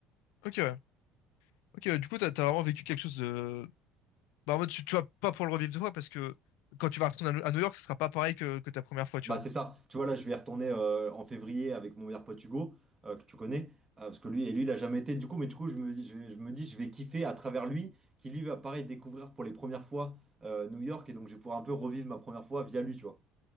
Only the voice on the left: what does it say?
Ok, ouais. Ok, ouais, du coup, t'as t'as vraiment vécu quelque chose de Bah, en mode, tu, tu vas pas pour le revivre deux fois parce que quand tu vas retourner à New à New York, ce sera pas pareil que, que ta première fois, tu
vois.